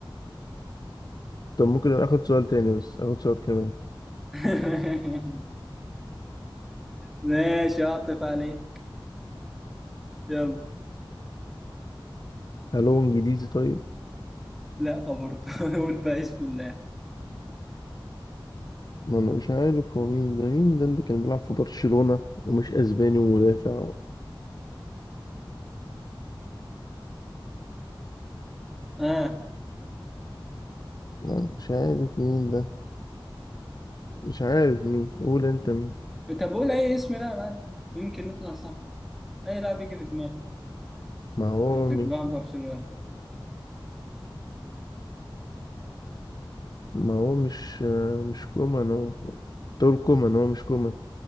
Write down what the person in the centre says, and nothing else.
<laughs> ماشي اعطف عليك يلا
لا برضه <laughs> قول بقى اسم اللاعب
اه
طب قول اي اسم لاعب عادي. يمكن نطلع صح اي لاعب يجي في دماغك
في
دماغ برشلونة